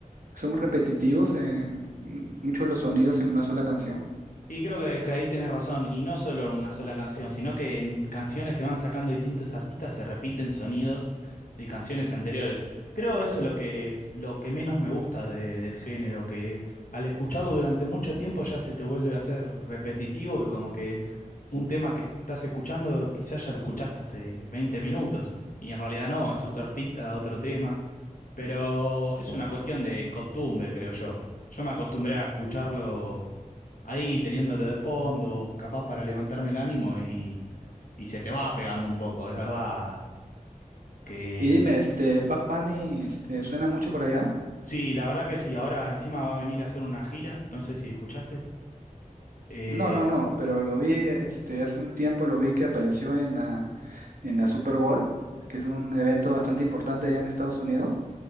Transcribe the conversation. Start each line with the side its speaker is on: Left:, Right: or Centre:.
Right: son repetitivos en muchos de los sonidos en una sola canción?
Left: Sí, creo que, que ahí tenés razón, y no solo en una sola canción, sino que en canciones que van sacando distintos artistas se repiten sonidos de canciones anteriores. Creo eso es lo que, lo que menos me gusta de- del género, que al escucharlo durante mucho tiempo ya se te vuelve a hacer repetitivo y como que un tema que estás escuchando quizás ya lo escuchaste hace 20 minutos, y en realidad no, es otro artista, otro tema, pero es una cuestión de costumbre, creo yo. Yo me acostumbré a escucharlo ahí teniéndolo de fondo, capaz para levantarme el ánimo y, y se te va pegando un poco, es verdad que
Right: Y dime, este, Bad Bunny, este, ¿suena mucho por allá?
Left: sí, la verdad que sí, ahora encima va a venir a hacer una gira, no sé si escuchaste, eh,
Right: No, no, no, pero lo vi, este, hace un tiempo lo vi que apareció en la, en la Super Bowl, que es un evento bastante importante allá en Estados Unidos,